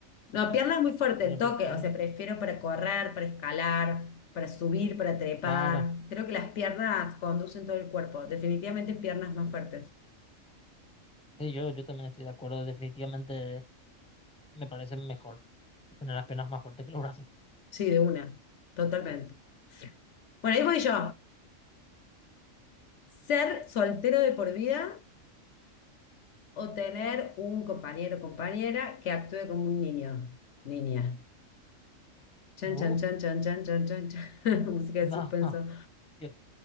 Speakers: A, on the left; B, in the centre.
A: No, piernas muy fuertes,
B: viene
A: el toque.
B: por sí solo.
A: O sea, prefiero para correr, para escalar, para subir, para trepar.
B: Claro,
A: Creo que las piernas conducen todo el cuerpo. Definitivamente piernas más fuertes.
B: sí, yo, yo también estoy de acuerdo. Definitivamente me parece mejor tener las piernas más fuertes que los brazos.
A: Sí, de una, totalmente. Bueno, ahí voy yo. ¿Ser soltero de por vida o tener un compañero o compañera que actúe como un niño? Niña. Chan,
B: Uh,
A: chan, chan, chan, chan, chan, chan, chan. <laughs> Música
B: no,
A: de suspenso.
B: <laughs> yo,